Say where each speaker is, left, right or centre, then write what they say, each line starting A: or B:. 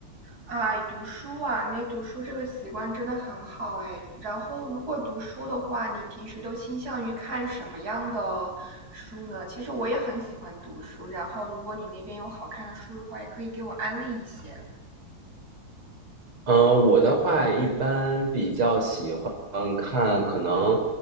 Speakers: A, on the right; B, on the right.
A: 哎，读书啊，那读书这个习惯真的很好哎。然后，如果读书的话，你平时都倾向于看什么样的书呢？其实我也很喜欢读书，然后如果你那边有好看的书的话，也可以给我安利一些。
B: 嗯，呃我的话一般比较喜欢看可能